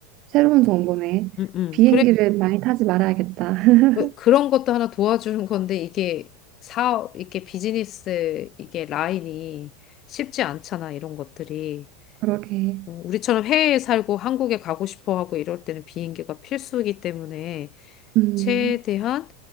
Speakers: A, on the right; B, on the left.
A: 새로운 정보네.
B: 음, 음.
A: 비행기를 많이 타지 말아야겠다. <laughs>
B: 왜- 그런 것도 하나 도와주는 건데 이게 사업, 이게 비즈니스, 이게 라인이 쉽지 않잖아, 이런 것들이.
A: 그러게.
B: 어, 우리처럼 해외에 살고 한국에 가고 싶어 하고 이럴 때는 비행기가 필수이기 때문에
A: 음,
B: 최대한